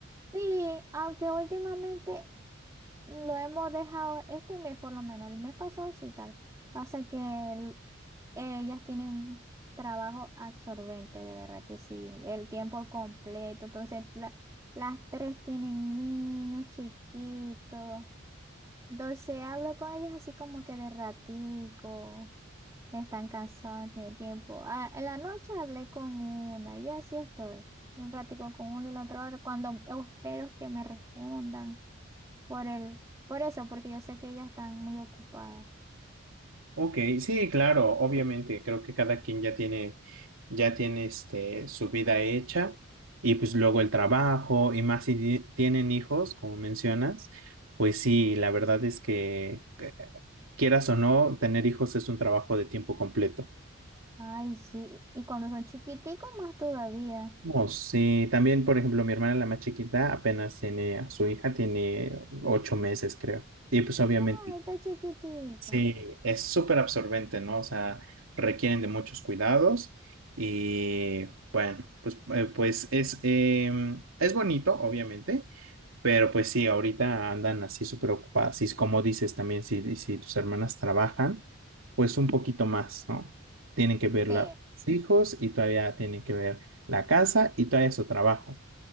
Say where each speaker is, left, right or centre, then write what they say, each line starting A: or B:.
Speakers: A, on the right; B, on the right.
A: Sí, aunque últimamente lo hemos dejado, este mes por lo menos, el mes pasado sí tal, pasa que el- ellas tienen un trabajo absorbente, de verdad que sí, el tiempo completo, entonces la- las tres tienen niños chiquitos. Entonces hablo con ellos así como que de ratico, están cansados, tienen tiempo. Ah, en la noche hablé con una y así estoy. Un ratico con uno y el otro, otro, cuando espero que me respondan por el, por eso, porque yo sé que ellas están muy ocupadas.
B: Ok, sí, claro, obviamente, creo que cada quien ya tiene, ya tiene este, su vida hecha y pues luego el trabajo y más si ti- tienen hijos, como mencionas, pues sí, la verdad es que que quieras o no, tener hijos es un trabajo de tiempo completo.
A: Ay, sí, y cuando son chiquiticos más todavía.
B: Entonces, sí, también, por ejemplo, mi hermana, la más chiquita, apenas tiene a su hija, tiene ocho meses, creo. Y pues obviamente
A: Ay, está chiquitica.
B: Sí, es súper absorbente, ¿no? O sea, requieren de muchos cuidados y bueno, pues, eh, pues es, em, es bonito, obviamente, pero pues sí, ahorita andan así súper ocupadas. Y es como dices también, si, si tus hermanas trabajan, pues un poquito más, ¿no? Tienen que ver
A: Sí,
B: la- los hijos y todavía tienen que ver la casa y todavía su trabajo.